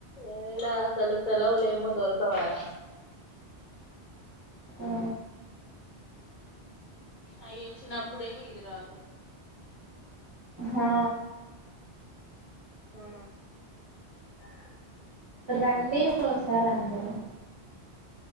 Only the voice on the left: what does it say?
ఏడా అసలు సెలవులు ఏమో దొరకవాయ
అయ్యోచ్చినప్పుడేమి ఇది రాదు
ఆ ఆ